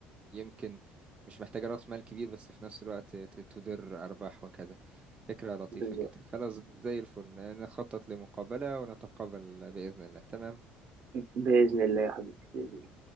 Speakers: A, on the right; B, on the right.
A: يمكن مش محتاجة رأس مال كبير بس في نفس الوقت ت- تدر أرباح وكذا فكرة لطيفة
B: بالظبط
A: جدا خلاص زي الفل نخطط لمقابلة ونتقابل بإذن الله تمام
B: بإذن الله يا حبيبي بإذن الله